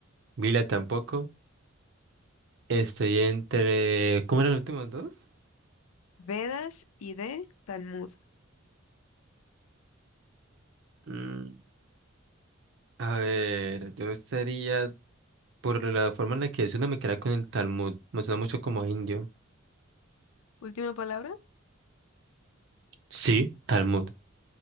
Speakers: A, on the right; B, on the left.
A: Vila tampoco. Estoy entre... ¿Cómo eran los últimos dos?
B: Vedas y D. Talmud.
A: Mm, A ver, yo estaría... Por la forma en la que suena me queda con el Talmud. Me suena mucho como a indio.
B: Última palabra.
A: Sí, Talmud.